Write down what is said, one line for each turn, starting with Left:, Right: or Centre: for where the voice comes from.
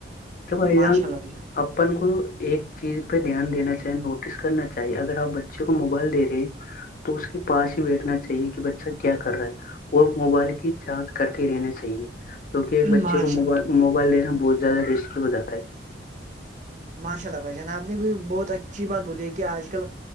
Left: توب آائی
Right: ماشاء
Left: یہان
Right: اللہ بھائی جان
Left: اپن کو ایک چیز پہ دھیان دینا چاہیے نوٹس کرنا چاہیے اگر آپ بچے کو موبائل دے رہے تو اس کے پاس ہی بیٹھنا چاہیے چ کہ بچہ کیا کر رہا ہے اور موبائل کی چارج کرتے رہنے چاہیے کیونکہ ایک بچے
Right: ماشاء
Left: کو مو
Right: اللہ بھائی
Left: موبائل لین بہت زیادہ رسکل ہو جا ہے
Right: ماشاء اللہ بھائی جان آپ نے بھی بہت اچھی بات بولی ہے کہ آج کل